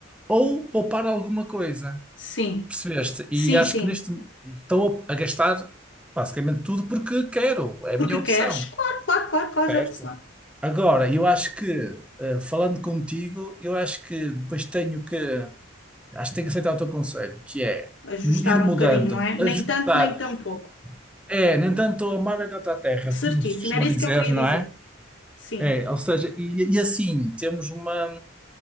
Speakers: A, in the centre; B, on the left.
A: ou poupar alguma coisa,
B: Sim,
A: percebeste?
B: sim,
A: E acho
B: sim.
A: que neste estou a gastar basicamente tudo porque quero, é a minha
B: Porque
A: opção,
B: queres? Claro, claro, claro, claro,
A: certo?
B: já, sei lá,
A: Agora, eu acho que, eh, falando contigo, eu acho que depois tenho que. Acho que tenho que aceitar o teu conselho, que é
B: ajustar
A: ir mudando,
B: um bocadinho, não é? Nem
A: ajustar.
B: tanto, nem tão pouco.
A: É, nem tanto ao mar, nem tanto à terra,
B: Certíssimo,
A: como se costuma
B: era isso
A: dizer,
B: que eu queria
A: não
B: dizer.
A: é?
B: Sim,
A: É, ou seja, e, e assim temos uma,